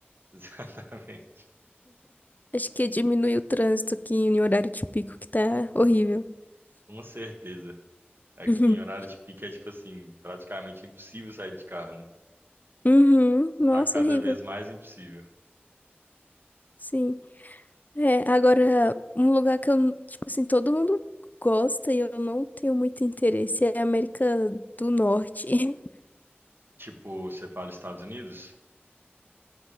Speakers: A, on the right; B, on the left.
A: <laughs> Exatamente.
B: Acho que diminui o trânsito aqui em horário de pico, que tá horrível.
A: Com certeza. Aqui
B: Uhum.
A: em horário de pico é tipo assim, praticamente impossível sair de carro, né?
B: Uhum. Nossa,
A: Tá cada
B: horrível.
A: vez mais impossível.
B: Sim. É, agora, um lugar que eu, tipo assim, todo mundo gosta e eu não tenho muito interesse é a América do Norte. <laughs>
A: Tipo, você fala Estados Unidos?